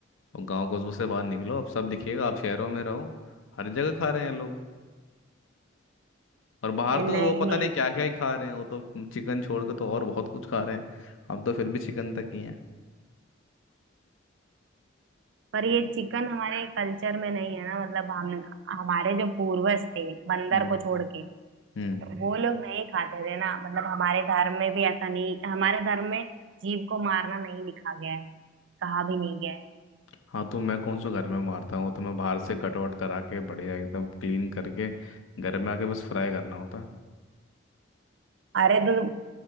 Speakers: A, on the left; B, on the right.
A: और गांव कस्बों से बाहर निकलो अब सब दिखिएगा आप शहरों में रहो हर जगह खा रहे हैं लोग और बाहर
B: ये
A: तो
B: नहीं
A: वो पता नहीं क्या क्या ही खा रहे हैं वो तो चिकन छोड़ के तो और बहुत कुछ खा रहे हैं हम तो फिर भी चिकन तक ही
B: पर ये चिकन हमारे कल्चर में नहीं है ना मतलब हम हमारे जो पूर्वज थे बंदर
A: हैं
B: को छोड़ के
A: हम्म
B: वो लोग नहीं खाते थे ना मतलब हमारे धर्म में भी ऐसा नहीं हमारे धर्म में जीव को मारना नहीं लिखा गया है कहा भी नहीं गया है
A: हाँ तो मैं कौन सा घर में मारता हूँ वो तो मैं बाहर से कटआउट करा के बढ़िया एकदम क्लीन करके घर में आके बस फ्राई करना होता
B: अरे तो